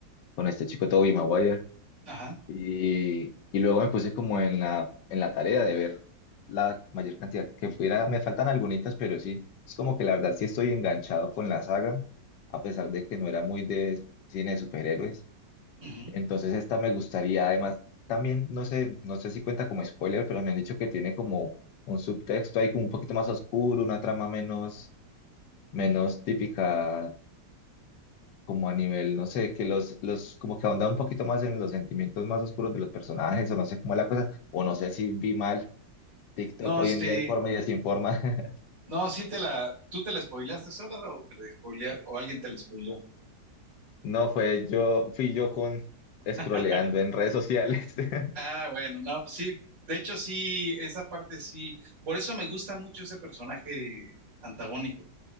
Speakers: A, on the left (about 75°); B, on the right (about 80°).
A: con este chico Tobey Maguire.
B: ajá.
A: Y, y luego me puse como en la, en la tarea de ver la mayor cantidad que pudiera. Me faltan algunitas, pero sí, es como que la verdad sí estoy enganchado con la saga, a pesar de que no era muy de cine de superhéroes.
B: ujú.
A: Entonces esta me gustaría, además, también, no sé, no sé si cuenta como spoiler, pero me han dicho que tiene como un subtexto ahí como un poquito más oscuro, una trama menos, menos típica como a nivel, no sé, que los, los, como que ahonda un poquito más en los sentimientos más oscuros de los personajes, o no sé cómo es la cosa, o no sé si vi mal TikTok,
B: No,
A: hoy
B: sí,
A: en día informa y desinforma. <laughs>
B: no, sí te la, ¿tú te la spoileaste sola o te la spoilea- o alguien te la spoileó?
A: No, fue yo, fui yo con
B: <laughs>
A: scrolleando en redes sociales. <laughs>
B: Ah, bueno, no, pues sí, de hecho sí, esa parte sí, por eso me gusta mucho ese personaje antagónico,